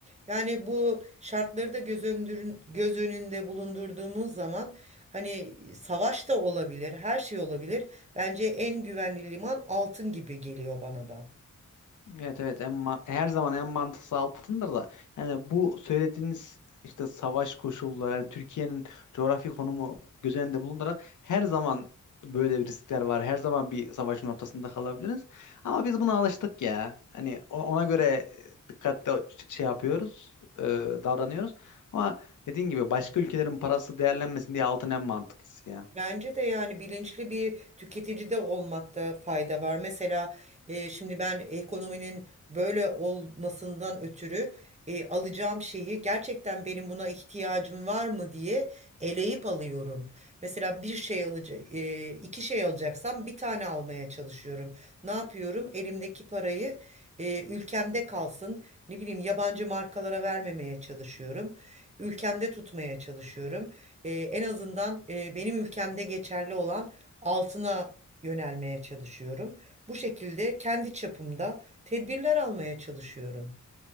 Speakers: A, on the right; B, on the left.
A: Yani bu şartları da göz öndürün- göz önünde bulundurduğumuz zaman hani savaş da olabilir, her şey olabilir. Bence en güvenli liman altın gibi geliyor bana da.
B: Evet evet en ma- her zaman en mantıklı altındır da yani bu söylediğiniz işte savaş koşulları yani Türkiye'nin coğrafi konumu göz önünde bulundurarak her zaman böyle bir riskler var. Her zaman bir savaşın ortasında kalabiliriz. Ama biz buna alıştık ya. Hani o- ona göre dikkatli şey yapıyoruz, e, davranıyoruz. Ama dediğin gibi başka ülkelerin parası değerlenmesin diye altın en mantıklısı ya.
A: Bence de yani bilinçli bir tüketici de olmakta fayda var. Mesela e, şimdi ben ekonominin böyle olmasından ötürü e, alacağım şeyi gerçekten benim buna ihtiyacım var mı diye eleyip alıyorum. Mesela bir şey alacak, e, iki şey alacaksam bir tane almaya çalışıyorum. Ne yapıyorum? Elimdeki parayı e, ülkemde kalsın. Ne bileyim yabancı markalara vermemeye çalışıyorum. Ülkemde tutmaya çalışıyorum e, en azından e, benim ülkemde geçerli olan altına yönelmeye çalışıyorum. Bu şekilde kendi çapımda tedbirler almaya çalışıyorum.